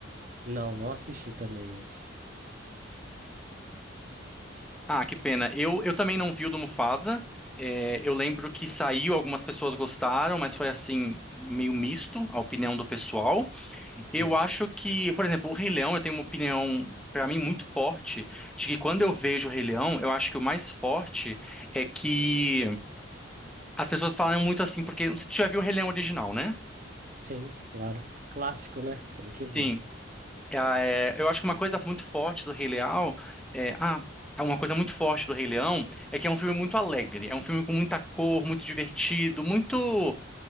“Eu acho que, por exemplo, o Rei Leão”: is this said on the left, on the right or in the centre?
Centre